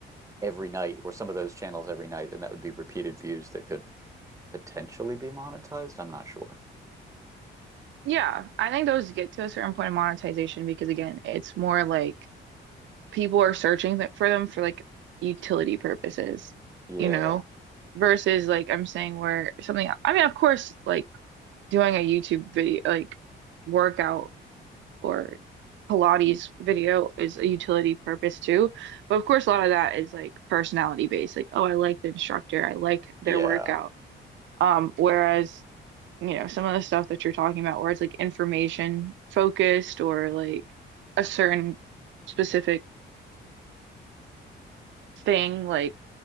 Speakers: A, on the right; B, on the right.
A: every night or some of those channels every night, then that would be repeated views that could potentially be monetized. I'm not sure.
B: yeah, I think those get to a certain point of monetization because again, it's more like people are searching th for them for like utility purposes,
A: Yeah.
B: you know, versus like I'm saying where something, I mean, of course, like doing a YouTube video, like workout or Pilates video is a utility purpose too. But of course, a lot of that is like personality based, like, oh, I like the instructor, I like their
A: Yeah.
B: workout. Um, whereas you know, some of the stuff that you're talking about where it's like information focused or like a certain specific thing, like